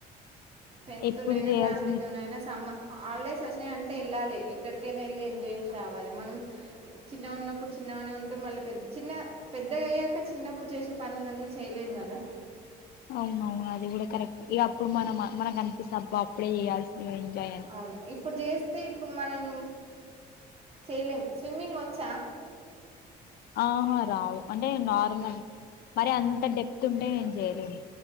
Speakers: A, on the right; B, on the left.
A: ఫ్రెండ్స్తోనైనా,
B: ఎప్పుడు చేయాల్సింది
A: ఫ్యామిలీతోనైనా సమ్మర్ హాలిడేస్ ఒచ్ అంటే ఎళ్ళాలి ఎక్కడికైనా ఎళ్ళి ఎంజాయ్ కావాలి మనం చిన్నగున్నప్పుడు చిన్నగనే ఉంటామ్ మళ్ళీ పెద్ద చిన్న పెద్దగయ్యాక చిన్నప్పుడు చేసే పనులన్నీ చేయలేం కదా
B: మ్ అవును అది కూడా కరెక్ట్. ఇగ అప్పుడు మనం మనకు అనిపిస్త అబ్బా అప్పుడే చేయాల్సింది కదా ఎంజాయ్ అని
A: అవును ఇప్పుడు చేస్తే ఇప్పుడు మనం చేయలేము స్విమ్మింగ్ వచ్చా
B: ఆహా రాదు అంటే నార్మల్ మరి అంత డెప్త్ ఉంటే నేను చేయలేను